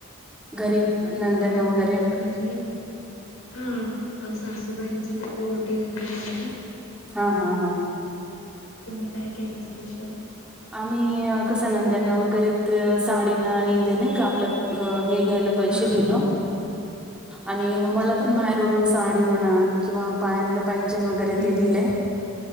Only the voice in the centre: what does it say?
घरी नंद्यांना
वगैरे
हा हा हा
आम्ही कस नंद्यांना वगैरे साडीनं आणि नाही का आपल्या हे घ्यायला पैसे
दिल
आणि
मला पण बाहेर रून साडी म्हणा किंवा पायालं पेंशन वगैरे
ते
दिले